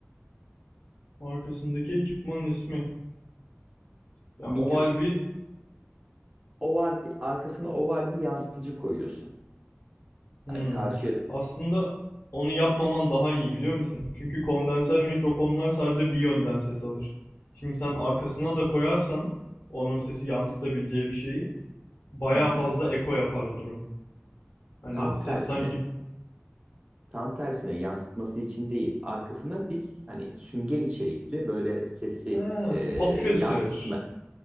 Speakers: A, on the left; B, on the right.
A: Arkasındaki ekipmanın ismi. Ya
B: Mikro,
A: oval bir...
B: oval bir arkasına oval bir yansıtıcı koyuyorsun.
A: Hmm.
B: Hani karşı
A: Aslında onu yapmaman daha iyi biliyor musun? Çünkü kondenser mikrofonlar sadece bir yönden ses alır. Şimdi sen arkasına da koyarsan onun sesi yansıtabileceği bir şeyi bayağı
B: Hı hı.
A: fazla eko yapar o durum. Hani
B: Tam
A: ses
B: tersine,
A: sanki
B: tam tersine yansıtması için değil. Arkasına biz hani sünger içerikli böyle sesi
A: Ha,
B: e,
A: pop filter.
B: yansıtma